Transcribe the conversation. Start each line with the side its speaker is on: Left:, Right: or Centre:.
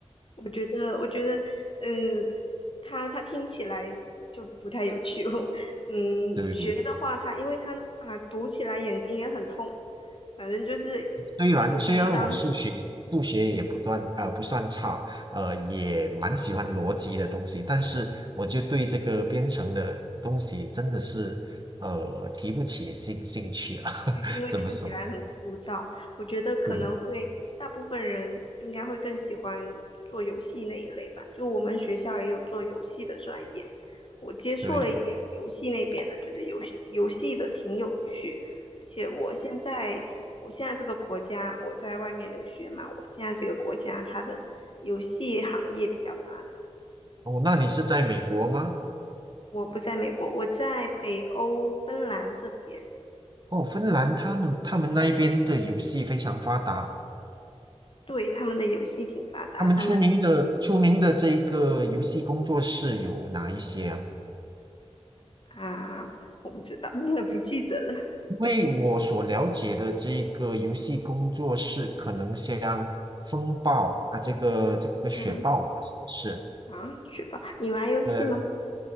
Left: 我觉得，我觉得，嗯，他他听起来就不太有趣。<laughs> 嗯，
Right: 对，
Left: 学的话他因为他啊，读起来眼睛也很痛，反正就是跟读文章是
Right: 虽然虽然我数学数学也不断呃不算差，呃也蛮喜欢逻辑的东西，但是我就对这个编程的东西真的是呃提不起兴兴趣啊，
Left: 因为看起来很枯燥，
Right: <laughs> 怎么说？
Left: 我觉得可能会大部分人应该会更喜欢做游戏那一类吧。
Right: 对
Left: 就我们学校也有做游戏的专业，我接触了一点游戏那边的，
Right: 对，
Left: 觉得游戏游戏的挺有趣。而且我现在我现在这个国家，我在外面留学嘛，我现在这个国家它的游戏行业比较发达。
Right: 哦，那你是在美国吗？
Left: 我不在美国，我在北欧芬兰这边。
Right: 哦，芬兰他们他们那一边的游戏非常发达，
Left: 对，他们的游戏挺发达，
Right: 他们出名的出名的这个游戏工作室有哪一些啊？
Left: 他们啊，我不知道，<laughs> 不记得了。
Right: 因为我所了解的这个游戏工作室，可能像风暴啊，这个这个雪豹啊，
Left: 嗯，
Right: 是不是
Left: 啊，学霸，你玩游戏吗？
Right: 呃